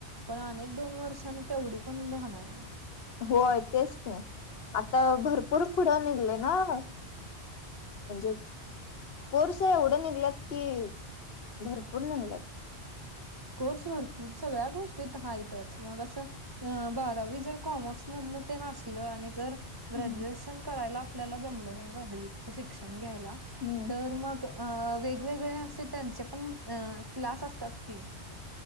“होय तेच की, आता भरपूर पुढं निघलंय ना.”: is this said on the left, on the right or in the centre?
Left